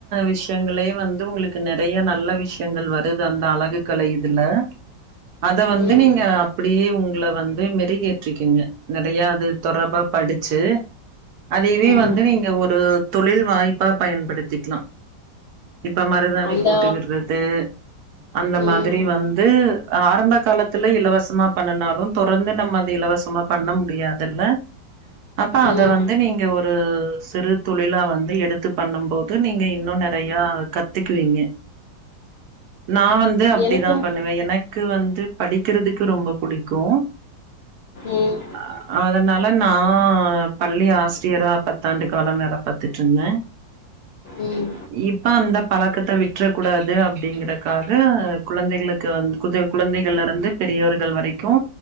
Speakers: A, on the right; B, on the left.
A: விஷயங்களே வந்து உங்களுக் நெறையா நல்ல விஷ் ங்கள் வருது அந்த அழகுக்கலை இதுல அத வந்து
B: ம்
A: நீங்க அப்டியே உங் குல வந்து மெருகேற்றிக்கெங்க நெறையா அது தொடர்பா படிச்சு அதவே
B: ம்
A: வந்து நீங்க ஒரு தொழில் வாய்ப்பா பயன்படுத் திக்லா இப்ப மருதாணி
B: அந்த
A: போட்டு விடுறது அந்த
B: ம்
A: மாதிரி வந்து ஆ ஆரம்ப காலத்துல இலவசமா பண்ணுனாலும் தொடர்ந்து நம்ம அது இலவசமா பண்ண முடியாதுல்ல அப்ப அத
B: ம்
A: வந்து நீங்க ஒரு சிறு தொழிலா வந்து எடுத்து பண்ணும் போது நீங்க இன்னொன்னு நெறையா கத்துக்குவீங்க நா வந்து அப்டிதா
B: எனக்கும்
A: பண்ணுவே எனக்கு வந்து படிக்கிறதுக்கு ரொம்ப புடிக்கு
B: ம்
A: ஆஹ் அதனால நா நா பள்ளி ஆசிரியரா பத்தாண்டு காலம் வேல பாத்துட்ருந்தே
B: ம்
A: இப்ப அந்த பழக்கத்த வி்ட்றக்கூடாது அப்டிங்கிறக்காக குழந்தைகளுக்கு வந்து குடு குழந்தைகள்ல இருந்து பெரியவர்கள் வரைக்கு